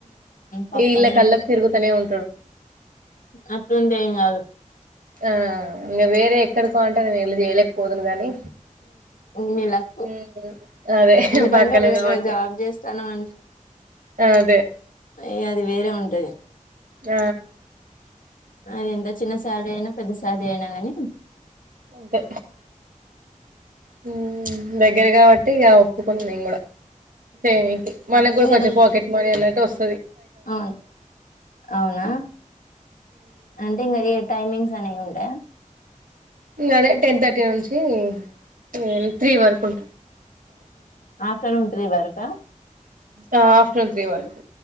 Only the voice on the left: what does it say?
పక్కనేనా
అట్లుంటే ఏం కాదు
మీ లక్కు
ఎందుకంటే
ఒక దగ్గర
జాబ్ చేస్తానం
యే అది వేరే ఉంటది.
అది ఎంత చిన్న శాలరీ అయినా పెద్ద సాలరీ అయినా కానీ
ఇంకా
అవును అవునా అంటే ఇంగా ఏ టైమింగ్స్ అనేయి ఉంటయా.
మధ్యాహ్నం త్రీ వరకా.